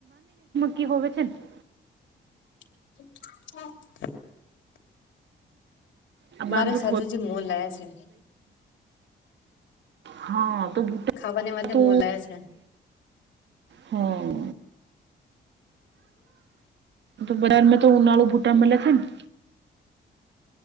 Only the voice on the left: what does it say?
<inaudible>
મારા
સાધુ જે મો લાયા છે,.
ખાવાની માટે
મોલ લાયા છે